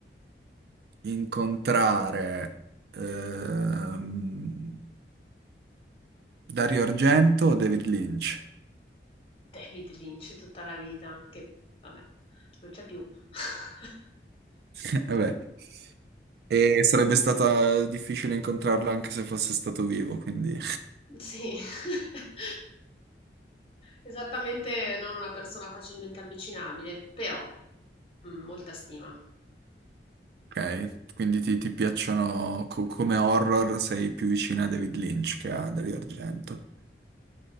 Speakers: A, on the right (about 65°); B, on the left (about 30°).
A: incontrare ehm, Dario Argento o David Lynch?
B: David Lynch tutta la vita, che vabbè, non c'è più. <laughs>
A: <laughs> Vabbè, e sarebbe stata difficile incontrarlo anche se fosse stato vivo, quindi
B: Sì, <laughs> esattamente non una persona facilmente avvicinabile, però mm, molta stima.
A: ok. Quindi ti, ti piacciono co- come horror, sei più vicina a David Lynch che a Dario Argento.